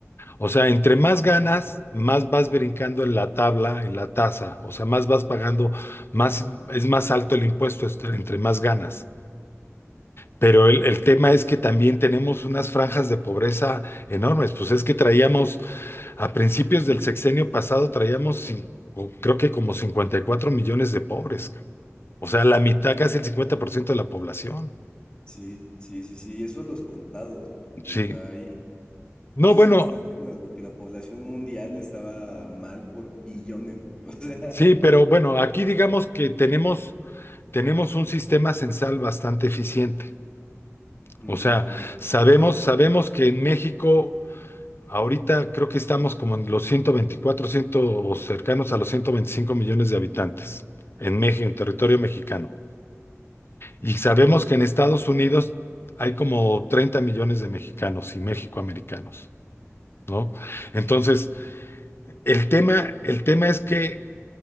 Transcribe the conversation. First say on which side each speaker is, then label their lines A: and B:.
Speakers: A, on the left; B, on the left.
A: O sea, entre más ganas, más vas brincando en la tabla, en la tasa, o sea, más vas pagando, más es más alto el impuesto est- entre más ganas. Pero el, el tema es que también tenemos unas franjas de pobreza enormes. Pues es que traíamos, a principios del sexenio pasado, traíamos cin- o creo que como 54 millones de pobres. O sea, la mitad, casi el 50% de la población.
B: Sí, sí, sí, sí. y Eso los contados, porque,
A: Sí.
B: o sea, ahí.
A: No,
B: No sé
A: bueno,
B: si viste apenas, güey, que la población mundial estaba mal por billones, güey. O sea, <laughs>
A: sí, pero bueno, aquí digamos que tenemos tenemos un sistema censal bastante eficiente.
B: ujú,
A: O sea,
B: el INEGI.
A: sabemos, sabemos que en México ahorita creo que estamos como en los 124, 100 o cercanos a los 125 millones de habitantes en México, en territorio mexicano. Y
B: Sí,
A: sabemos
B: sí, sí.
A: que en Estados Unidos hay como 30 millones de mexicanos y mexicoamericanos, ¿no?
B: Mm,
A: Entonces, el tema, el tema es que